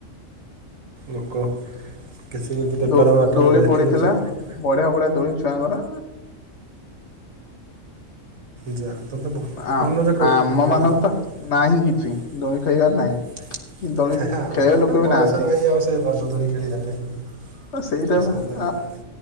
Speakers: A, on the right; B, on the left.
A: ଲୋକ କିଛି ବି ବେପାର
B: ଦୋ
A: <unintelligible>
B: ଦୋଳି ପଡିଥିଲା ବଢିଆ ବଢିଆ ଦୋଳି ଛୁଆଙ୍କର।
A: ଯା ଭଲ ଭଲରେ
B: ଆ
A: କରୁଥିବେ
B: ଆମ ମାନଙ୍କ
A: <unintelligible>
B: ତ ନାହିଁ କିଛି ଦୋଳି ଖେଳିବାର ନାହିଁ କି ଦୋଳି
A: ହେ ହା
B: ଖେଳିବା
A: ଆମର
B: ଲୋକ
A: ତ
B: ବି
A: ବୟସ
B: ନାହାନ୍ତି
A: ନାହିଁ ଆଉ ସେ ରଜ ଦୁଳି ଖେଳିିବା ପାଇଁ।
B: ତ ସେଇଟା
A: ସେ ସମୟ
B: ବା
A: ଗଲାଣି